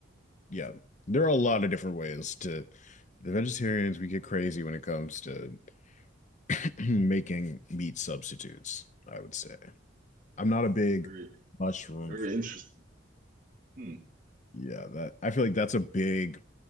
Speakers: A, on the left; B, on the right.
A: yeah. There are a lot of different ways to the vegetarians we get crazy when it comes to <clears throat> making meat substitutes, I would say. I'm not a big
B: Very,
A: mushroom.
B: very interesting. Hmm.
A: Yeah, that I feel like that's a big